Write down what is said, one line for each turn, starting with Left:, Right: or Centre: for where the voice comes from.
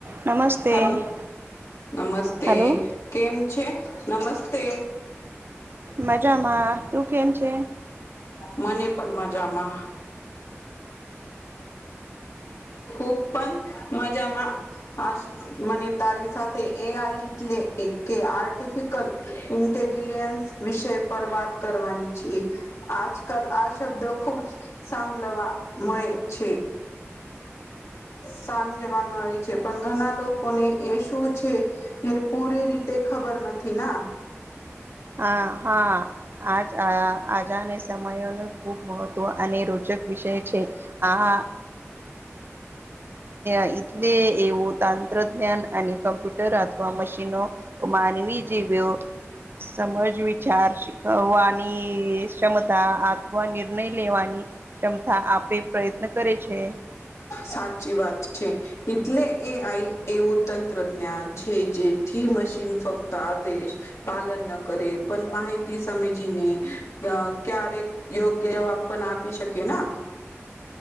Right: નમસ્તે
Left: હાલો નમસ્તે
Right: હલો
Left: કેમ છે નમસ્તે.
Right: મજામાં તું કેમ છે?
Left: મને પણ મજામાં. ખુબ પણ મજામાં મને તારી સાથે એ આઈ એટલે કે આર્ટિફિશયલ ઇન્ટેલિજન્સ વિષય પર વાત કરવાની છીએ આજકાલ આ શબ્દો ખુબ સાંભળવા મળે છે‌. સાંજવા જવા મળે છે પણ ઘણા લોકોને એ શું છે- એ પૂરી રીતે ખબર નથી ના.
Right: હા હા આજ આજા અને સમય ન ખૂબ મહત્વ અને રોચક વિષય છે. હ હા એ ટલે એવું તંત્રજ્ઞાન અને કમ્પ્યુટર અથવા મશીનો માનવી જેવઓ સમજ વિચાર શખવાની ક્ષમતા આત્મનિર્ભર નિર્ણય લેવાની ક્ષમતા આપે પ્રયત્ન કરે છે.
Left: સાચી વાત છે. એટલે એ આઈ એવું તંત્રજ્ઞાન છે જેથી મશીન ફક્ત આ દેશ પાલન ન કરે પણ માહિતી સમીજીને ક્યારેક યોગ્ય આપને આપી શકી ના!